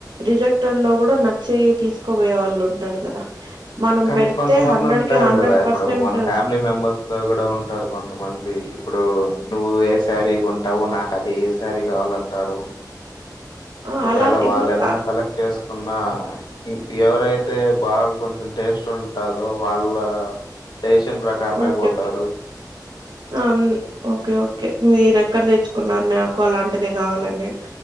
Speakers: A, on the right; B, on the left.
A: రిజెక్టర్ లో కూడా నచ్చే తీసుకోబోయే వాళ్ళు ఉంటారు కదా మనం
B: కానీ
A: పెడితే
B: కొంతమంది
A: హండ్రెడ్
B: ఉంటారు
A: కి హండ్రెడ్
B: కదా. ఇప్పుడు
A: పర్సెంట్
B: మన ఫ్యామిలీ మెంబర్స్ లో కూడా ఉంటారు కొంతమంది. ఇప్పుడు నువ్వు ఏ సారీ కొంటావు నాకు అదే సారీ కావాలంటారు.
A: ఆ
B: ఒకవేళ
A: అలా ఇప్పుడు
B: వాళ్ళు ఏదన్నా
A: ఆ
B: సెలెక్ట్ చేసుకున్నా. ఇంక్ ఎవరైతే బాగా కొం టేస్ట్ ఉ ఉంటాదొ వాళ్ళ టేస్ట్ ఇష్టం ప్రకారమే
A: ఓకే
B: పోతారు.
A: ఓకే ఆమ్ ఓకే ఓకే మీరు ఎక్కడ తెచ్చుకున్నారు. నాకు అలాంటిది కావాలని